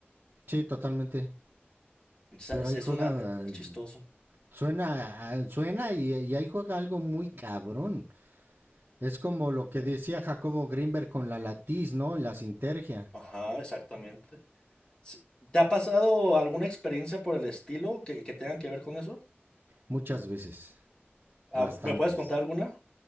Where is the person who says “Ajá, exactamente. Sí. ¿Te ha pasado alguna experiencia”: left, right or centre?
Left